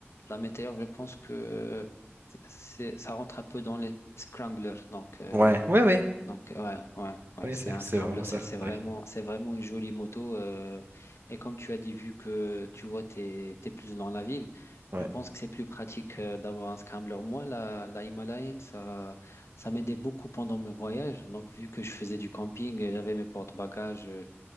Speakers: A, on the left (about 70°); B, on the right (about 50°).
A: la météore, je pense que euh, c'est, c'est- ça rentre un peu dans les scramblers, donc euh,
B: Ouais, ouais, ouais.
A: Donc ouais, ouais, ouais,
B: Ouais,
A: c'est
B: c'est
A: un
B: c'est
A: scrambler,
B: vraiment
A: c'est
B: ça.
A: c'est vraiment,
B: Ouais,
A: c'est vraiment une jolie moto. euh, et comme tu as dit, vu que tu vois, t'es, t'es plus dans la ville,
B: ouais,
A: je pense que c'est plus pratique euh, d'avoir un scrambler. Moi, la, la Himalayan, ça, ça m'aidait beaucoup pendant mes voyages. Donc vu que je faisais du camping, et j'avais mes porte-bagages, euh,